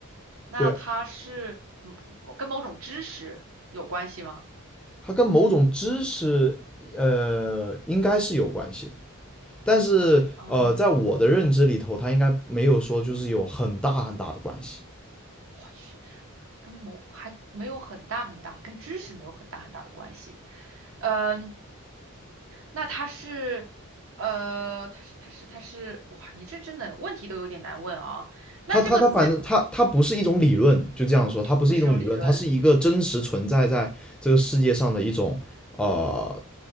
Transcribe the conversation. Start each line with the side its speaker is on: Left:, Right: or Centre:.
Right: 那它是嗯跟某种知识有关系吗？
Centre: 对，它跟某种知识呃应该是有关系的，但是呃，
Right: 啊，
Centre: 在我的认知里头，
Right: 我
Centre: 它应该没有说就是有很大很大的关系。
Right: 去，跟某还没有很大很大，跟知识没有很大很大的关系。嗯，那它是，呃，它是它是它是，哇，你这真的问题都有点难问啊。那这个这
Centre: 它它它反正它它不是一种理论，就这样说，它不是一种理论，
Right: 不是一种理论，
Centre: 它是一个真实存在在这个世界上的一种呃